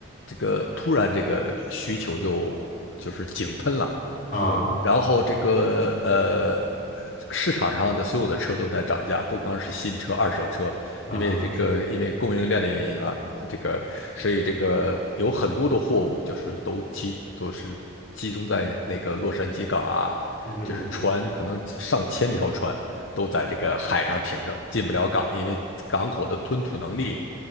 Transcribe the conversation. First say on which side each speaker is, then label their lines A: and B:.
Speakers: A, on the left; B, on the left.
A: 这个突然这个需求就就是井喷了。
B: 啊
A: 然后这个呃，市场上的所有的车都在涨价，不光是新车、二手车，
B: 啊是，
A: 因为这个因为供应链的原因啊，这个所以这个有很多的货物就是都集都是集中在那个洛杉矶港啊，
B: 嗯，
A: 就是船可能上千条船都在这个海上停着，进不了港，因为港口的吞吐能力，